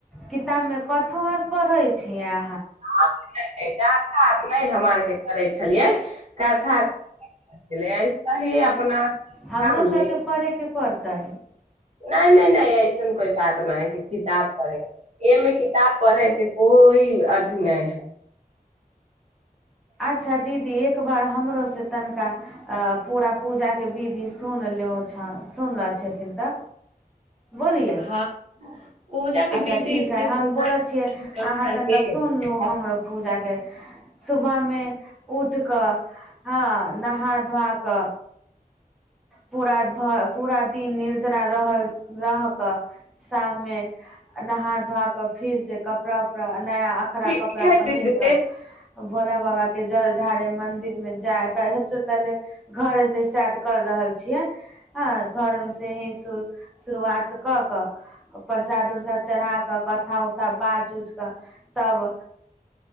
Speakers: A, in the centre; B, on the right.
A: कि तमे कथमर पै छिया
B: <unintelligible> नहि हमरा आरके करै छलियै कथर आे आइ त ही अपना
A: हमरो
B: कर ली
A: सभके पयके पड़तै
B: नहि नहि नहि ऐसन कोइ बात नहि है कि किताब पढ़े एमे किताब पढ़े के कोइ अथी नहि है
A: अच्छा दीदी एक बार हमरोसँ तनिका पूरा पूजाके विधि सुन लियौ छौ सुनलो छथिन तऽ बोलिये
B: हँ पूजा के
A: अच्छा
B: विधि
A: ठीक
B: इतने
A: है
B: सुनाइ
A: हम बोलै छियै अहाँ तनिका सुनलू
B: अब
A: हमरो पूजा के सुबह मे उठ कऽ हँ नहा धोआ कऽ। पूरा भ पूरा दिन निर्जरा रहल रहके शाम मे नहा धोआ कऽ फिर से। कपड़ा उपड़ा नया अखरा
B: ठीक
A: कपड़ा
B: है
A: पहिनक
B: दीदी
A: कऽ। भोला बाबा के जल ढारे मंदिर मे जाय सबसे पहले घर स्टार्ट। कर रहल छियै ह घर मे से ही शल। शुरुआत कऽ कऽ प्रसाद उरसाद चढ़ा कऽ कथा उथा बाच उच कऽ तब।